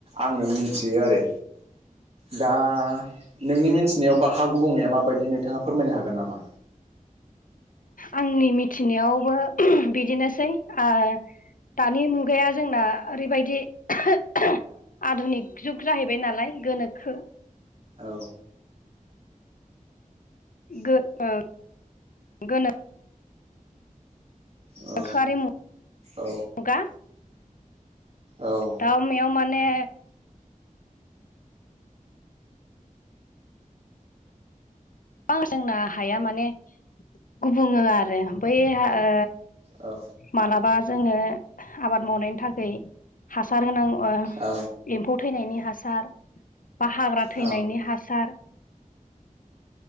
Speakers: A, on the right; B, on the left.
A: आङो मिथियो आरो दा नोंनि मिथिनायाव बा हा गुबुंनाय मा बायदिनो नोंथाङा फोरमायनो हागोन नामा
B: आंनि मिथिनायावबो बिदिनोसै आ दानि मुगाया जोंना ओरैबायदि दि आधुनिक जुग जाहैबाय नालाय गोनोखो
A: औ
B: गो ओ गोनो
A: औ
B: थाखोआरि मुगा
A: औ औ
B: दाउ मेयाव माने गोबां जोंना हाया माने गुबुङो आरो बै ओ
A: औ
B: मालाबा जोङो आबाद मावनायनि थाखाय हासार होनांगौ
A: औ
B: एम्फौ थैनायनि हासार बा हाग्रा थैनायनि
A: औ
B: हासार